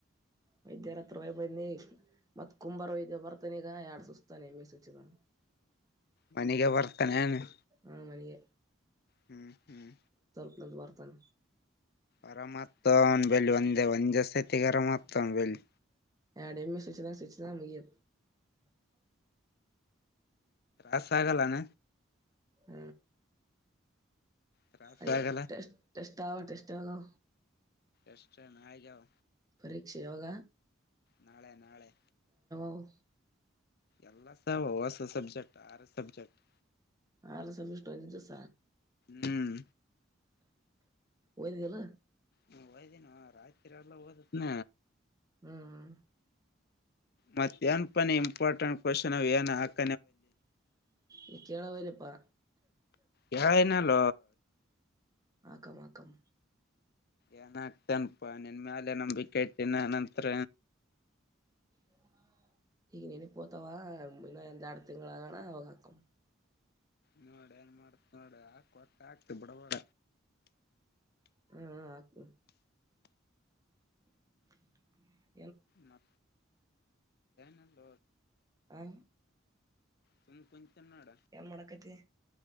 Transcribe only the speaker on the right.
ವೈದ್ಯರ ಅತ್ರ ಹೋಗಿ ಬನ್ನಿ ಮತ್ ಕುಂಬಾರ ಇದ್ದ ಬರ್ತಾನ ಈಗ ಎಡ್ ಸುಸ್ತಾನೆ ಮೀಸುಚಿದ <unintelligible>
ಹ ಮನಗೆ
<unintelligible> ಬರ್ತನ
<unintelligible> <inaudible>
ಹ
ಅಯ್ಯೋಟ
ಟಸ್ಟ್ ಆಗ ಟೆಸ್ಟ್ ಆಗೋ
ಪರೀಕ್ಷ ಯೋಗ
ಅವು
ಆಲಸವಲ್ ಇಷ್ಟ ದೋಸ
ಒಯದಲ್ಲ
ಹ್ಮ್
ನಿಕಣ ವರಿಪ್ಪಾ
ಆಕ ಆಕಂ
<inaudible> ಈಗ ನನ ಪೋತಾವ ಇನ್ನ ಎಂದ ಇಡ್ ತಿಂ ಆಾಗಣ ಅವ ಕಾಕ
ಹಾ ಆಗ್ತು <inaudible>
ಹ
ಏನ್ ಮಾಡಕೈತಿ